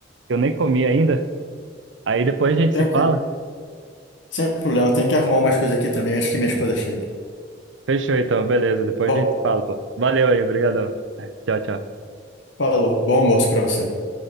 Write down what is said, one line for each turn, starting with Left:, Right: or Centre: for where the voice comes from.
Right: que eu nem comi ainda. Aí depois a gente
Left: Tranquilo.
Right: se fala.
Left: Sem problema, eu tenho que arrumar umas coisas aqui também, acho que minha esposa chega.
Right: Fechou então, beleza. Depois
Left: Bom,
Right: a gente fala, pô. Valeu aí, brigadão. Tchau, tchau.
Left: falou. Bom almoço pra você.